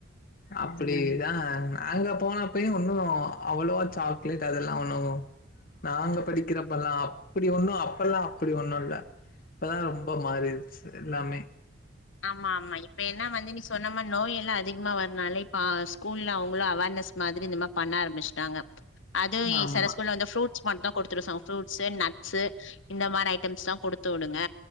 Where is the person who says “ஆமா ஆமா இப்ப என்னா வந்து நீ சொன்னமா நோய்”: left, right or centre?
Left